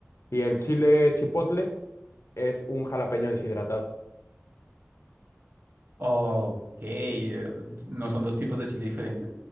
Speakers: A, on the left; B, on the right.
A: Y el chile chipotle es un jalapeño deshidratado.
B: Ok, eh, ¿no son dos tipos de chile diferentes?